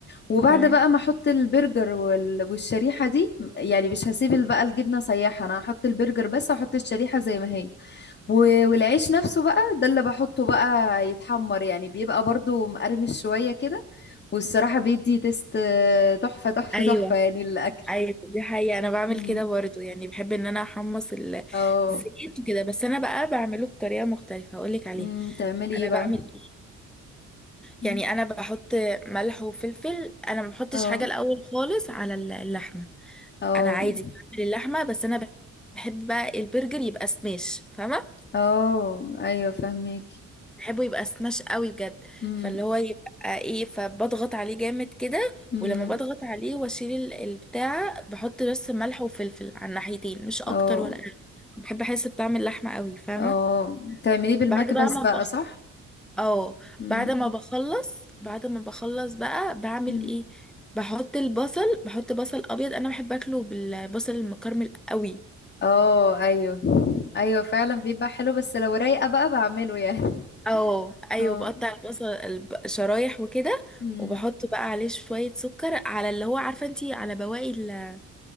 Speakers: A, on the left; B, in the centre.
A: وبعد
B: تمام
A: بقى ما أحط البرجر وال- والشريحة دي يعني مش هسيب بقى الجبنة سايحة أنا هحط البرجر بس هحط الشريحة زي ما هي و- والعيش نفسه بقى ده اللي بحطه بقى يتحمر يعني بيبقى برضو مقرمش شوية كده والصراحة بيدي تيست آه، تحفة تحفة
B: ايوه
A: تحفة يعني الأكل
B: ايوه دي حقيقة انا بعمل
A: مم.
B: كده برضه يعني بحب ان انا احمص ال-
A: اه
B: الزيت وكده بس انا بقى بعمله بطريقة مختلفة هقول لك عليها
A: مم، تعملي ايه
B: انا
A: بقى
B: بعمل ايه؟
A: مم.
B: يعني انا بحط ملح وفلفل انا ما بحطش
A: اه
B: حاجه الاول خالص على ال- اللحمه
A: اه
B: انا عادي بعمل اللحمه بس انا بحب بقى البرجر يبقى سماش فاهمه
A: اه ايوه فهمك
B: بحبه يبقى سماش قوي بجد
A: امم
B: فاللي هو يبقى ايه فبضغط عليه جامد كده
A: امم
B: ولما بضغط عليه واشيل ال- البتاع بحط بس ملح وفلفل على الناحيتين مش اكتر
A: اه
B: ولا اقل بحب احس بطعم اللحمه قوي فاهمه
A: اه تعمليه بالمكبس
B: بعد بقى ما
A: بقى صح
B: اه
A: امم
B: بعد ما بخلص بعد ما بخلص بقى بعمل
A: امم
B: ايه بحط البصل بحط بصل ابيض انا بحب اكله بالبصل المكرمل قوي
A: اه ايوه ايوه فعلا بيبقى حلو بس لو رايقة بقى بعمله يعني <laughs>
B: اه ايوه
A: اه
B: بقطع البصل الب- شرايح وكده
A: امم
B: وبحط بقى عليه شوية سكر على اللي هو عارفة انتي على بواقي ال-